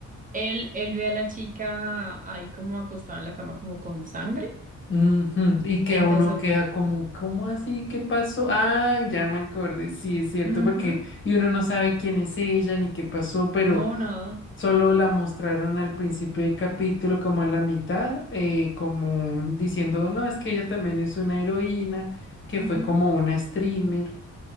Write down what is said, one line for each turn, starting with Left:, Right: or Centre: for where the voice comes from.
Right: Él, él ve a la chica ahí como acostada en la cama como con sangre,
Left: Ujú, Y que
Right: entonces,
Left: a uno queda como, ¿cómo así? ¿Qué pasó? Ah, ya me acordé, sí, es cierto,
Right: ujú,
Left: porque y uno no sabe quién es ella ni qué pasó, pero
Right: No, nada,
Left: solo la mostraron al principio del capítulo, como a la mitad, eh, como diciendo, no, es que ella también es una heroína, que
Right: ujú,
Left: fue como una streamer